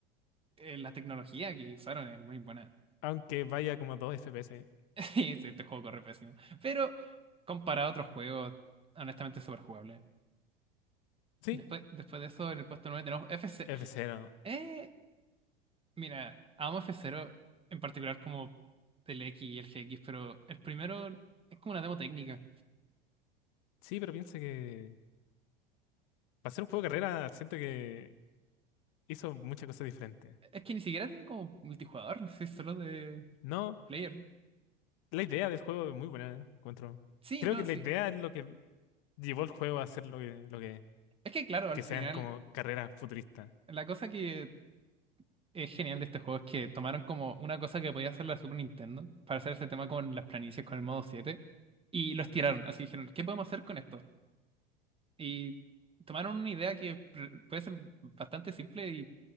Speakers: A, on the right; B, on the left.
A: eh, la tecnología que usaron es muy buena.
B: aunque vaya como a 2 FPS.
A: <laughs> Sí, Este este juego corre pésimo. Pero comparado a otros juegos, honestamente es súper jugable.
B: Sí,
A: Después, después de eso, en el puesto 9 tenemos F0.
B: F0.
A: Eh, mira, amo F0, en particular como el X y el GX, pero el primero es como una demo técnica.
B: Sí, pero piensa que Para ser un juego de carrera, siento que hizo muchas cosas diferentes.
A: Es que ni siquiera tiene como multijugador, <laughs> si es solo de
B: No,
A: player.
B: la idea del juego es muy buena, encuentro.
A: Sí,
B: Creo
A: no,
B: que la
A: sí.
B: idea es lo que llevó el juego a ser lo que, lo que,
A: Es que claro, al
B: que
A: final,
B: sean como carreras futuristas.
A: la cosa que es genial de este juego es que tomaron como una cosa que podía hacer la Super Nintendo para hacer ese tema con las planicies con el modo 7 y los tiraron Así dijeron, ¿qué podemos hacer con esto? Y tomaron una idea que pr- puede ser bastante simple y